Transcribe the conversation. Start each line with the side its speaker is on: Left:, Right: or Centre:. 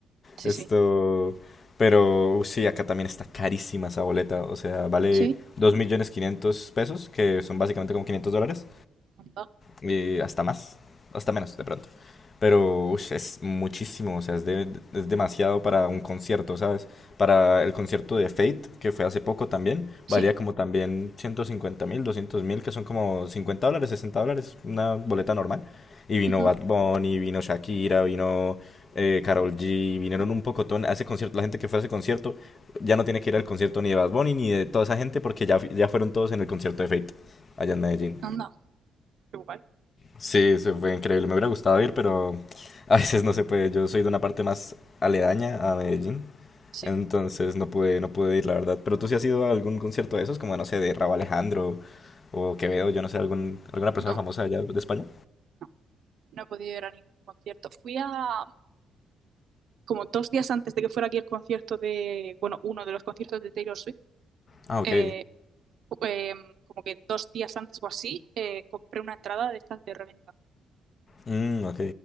Right: sí,
Left: Esto,
Right: sí.
Left: pero uh, sí, acá también está carísima esa boleta. O sea, vale
Right: Sí.
Left: dos millones quinientos pesos, que son básicamente como 500 dólares,
Right: Anda.
Left: y hasta más, hasta menos de pronto. Pero ush, es muchísimo, o sea, es, de- es demasiado para un concierto, ¿sabes? Para el concierto de Fate, que fue hace poco también,
Right: Sí.
Left: valía como también ciento cincuenta mil, doscientos mil, que son como 50 dólares, 60 dólares, una boleta normal. Y vino
Right: Ujú.
Left: Bad Bunny, vino Shakira, vino eh, Karol G, vinieron
Right: Ah,
Left: un pocotón a ese concierto. La gente que fue a ese concierto ya no tiene que ir al concierto ni de Bad Bunny ni de toda esa gente porque ya, ya fueron todos en el concierto de Fate allá en Medellín.
Right: Anda, Qué guay.
Left: Sí, se fue increíble. Me hubiera gustado ir, pero a veces no se puede. Yo soy de una parte más aledaña a Medellín,
Right: sí.
Left: entonces no pude, no pude ir, la verdad. Pero tú sí has ido a algún concierto de esos, como no sé, de Rauw Alejandro o Quevedo, yo no sé, algún, alguna persona
Right: No, no,
Left: famosa allá de España.
Right: no, no he podido ir a ningún concierto. Fui a, como dos días antes de que fuera aquí el concierto de, bueno, uno de los conciertos de Taylor Swift,
Left: Ah, ok.
Right: eh, eh, como que dos días antes o así, eh, compré una entrada de estas de reventa
Left: Mm, ok.